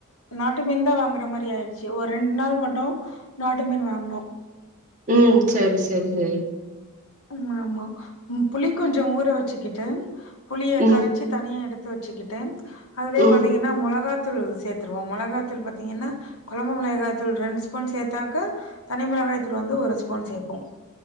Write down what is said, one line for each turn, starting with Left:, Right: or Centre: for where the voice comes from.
Left: நாட்டு மீன் தான் வாங்கற மாரி ஆயிருச்சு ஒரு ரெண்டு நாள் மட்டும் நாட்டு மீன் வாங்கணும்
Right: ம் செரி செரி செரி
Left: ம் ஆமா புளி கொஞ்ஜோம் ஊற வச்சுக்கிட்டு புளிய
Right: ம்
Left: கரச்சி தனியா எடுத் து வச்சுக்கிட்டு அதுலயே
Right: ம்
Left: பாத்தீங்கன்னா மொளகா தூள் சேத்துருவோம் மொளகாதூள் பாத்தீங்கன்னா கொழம்பு மொகாய்தூள் ரெண்டு ஸ்பூன் சேத்தாக்க தனிமொளகாய்த்துல வந்து ஒரு ஸ்பூன் சேப்போம்